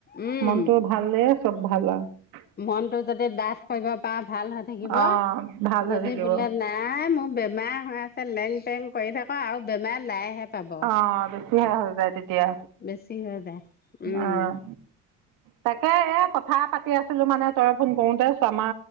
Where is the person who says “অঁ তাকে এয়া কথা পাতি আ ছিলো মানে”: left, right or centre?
Right